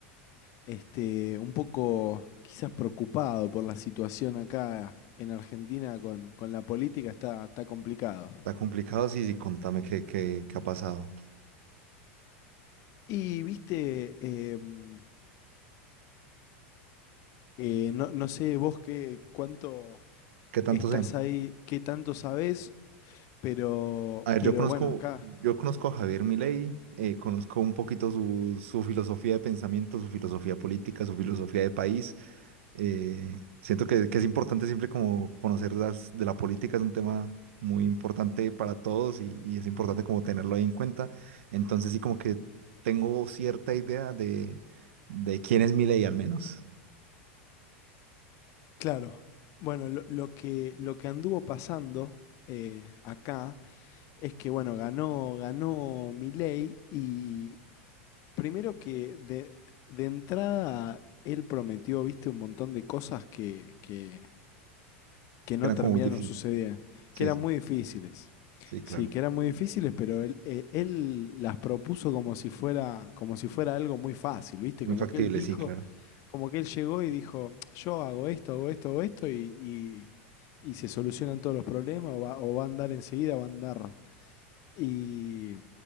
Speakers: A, on the left; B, on the right.
A: este, un poco quizás preocupado por la situación acá en Argentina con, con la política, está, está complicado.
B: Está complicado, sí, sí, contame qué, qué, qué ha pasado.
A: Y, viste, em, eh, no, no sé vos qué, cuánto
B: ¿Qué tanto
A: estás
B: sé?
A: ahí, qué tanto sabés, pero,
B: A ver,
A: pero
B: yo conozco,
A: bueno, acá,
B: yo conozco a Javier Milei, eh, conozco un poquito su, su filosofía de pensamiento, su filosofía política, su filosofía de país. Eh, siento que, que es importante siempre como conocer las, de la política, es un tema muy importante para todos y, y es importante como tenerlo ahí en cuenta. Entonces sí como que tengo cierta idea de, de quién es Milei al menos,
A: claro, bueno, lo, lo que, lo que anduvo pasando eh, acá es que, bueno, ganó, ganó Milei y primero que de, de entrada él prometió, viste, un montón de cosas que, que, que no
B: que era
A: terminaron
B: como muy difícil.
A: sucediendo,
B: Sí,
A: que eran
B: sí,
A: muy difíciles.
B: sí, claro.
A: Sí, que eran muy difíciles, pero él, eh, él las propuso como si fuera, como si fuera algo muy fácil, ¿viste?
B: Muy
A: Como
B: factible,
A: que él dijo,
B: sí, claro.
A: como que él llegó y dijo, yo hago esto, hago esto, hago esto, y, y- y se solucionan todos los problemas, o va, o va a andar enseguida, va a andar y,